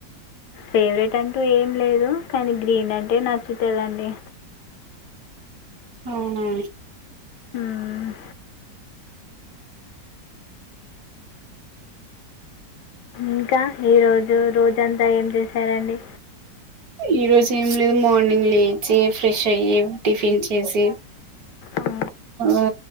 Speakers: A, on the left; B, on the right.
A: ఫేవరెట్ అంటూ ఏం లేదు కానీ గ్రీన్ అంటే నచ్చుతదండి.
B: అవునా
A: మ్మ్ ఇంకా ఈరోజు రోజంతా ఏం చేశారండి.
B: ఈ రోజు ఏం లేదు మార్నింగ్ లేచి ఫ్రెష్ అయ్యి, టిఫిన్ చేసి,
A: ఆ,
B: ఆ